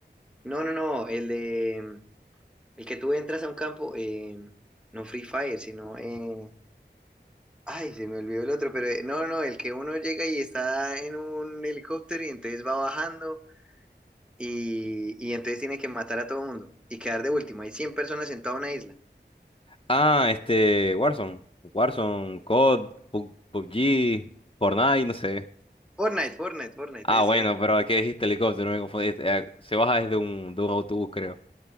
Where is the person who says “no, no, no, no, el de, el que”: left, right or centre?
Centre